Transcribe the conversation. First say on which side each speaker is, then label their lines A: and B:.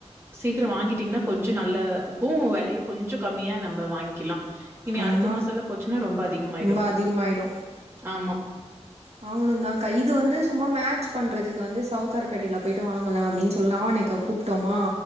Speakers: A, on the right; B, on the right.
A: சீக்கிரோ வாங்கிட்டீங்கன்னா கொஞ்சோ நல்லாருக்கு விலையு கொஞ்ச கம்மியா நம்ம வாங்கிக்கலா இனி
B: ஆமா
A: அடுத்த மாசல்லா போச்சுன்னா ரொம்ப அதிகமாயிடு
B: ரொம்ப அதிகமாயிடு
A: ஆமா
B: வாங்கணு தான்க்கா இது வந்து சும்மா மேட்ச் பண்றதுக்கு வந்து சவுகார்பேட்டையில போயிட்டு வாங்கலாம் அப்படின்னு சொல்ல லாவன்யாக்கா கூப்ட்டோமா